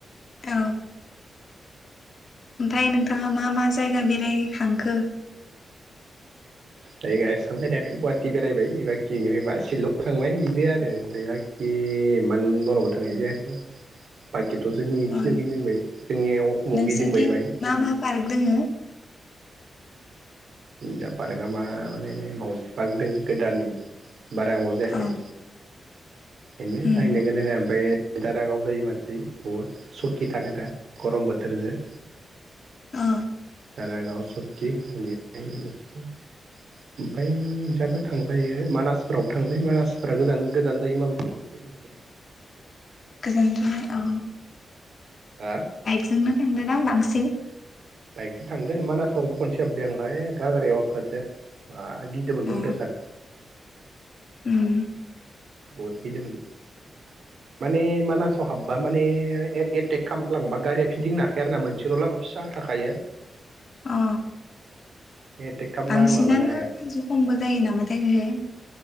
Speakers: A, on the left (about 45°); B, on the right (about 60°).
A: औ। ओमथाय नोंथाङा मा मा जायगा बेरायहांखो?
B: जायगा एसांं बेरायाखै गुवाहाटि बेरायबाय बाखि इनिफ्राय मा सिलंआव थांबाय बेनो आरो ओमफ्राय बाखि इमान बर'बो थांनाय जायाखै बाखि बाखिथ' जोंनिखिनियाव
A: अ
B: गिदिंबाय जोंनिया अखमाव
A: नोंसोरथिं
B: गिदिंबाय बाहाय।
A: मा मा पार्क दोङो
B: जा पार्कआ मा माने मावजि पार्क दं गोदानै बारा गोबाव जायाखै।
A: औ
B: बेनो
A: उम
B: नायनो गोनाङा ओमफ्राय दारागाव जायो मानसि बुहुद सखि थाङो दा गरम बोथोरजो।
A: औ
B: दारागाव सकि इनिफ्राय ओमफ्राय इजाबो थांजायो मानासफोरावबो थांजायो मानासफोरा गोजान जायो माबेखि एसे <inaudible>
A: गोजानजों औ
B: हा
A: बाइकजोंनो थांदोना बां सिन।
B: बाइकजों थांदो मानासावबो खनसे हाबबाय आं हाय गाग्रायाव हाबथारदो बा गिदोमोनलै
A: अ
B: अथदासार।
A: उम
B: बहुद गिदोंमोन माने मानासाव हाबबा माने एटेक खालामफ्लांबा गारिया फिदिंनो हाखाया आरोना मोनसेल' लामा फिसा थाखायो।
A: अ।
B: एटेक खालामबा
A: बांसिनानो
B: माबानो हाया
A: जुखमबो जायो नामाथाय बेहाय।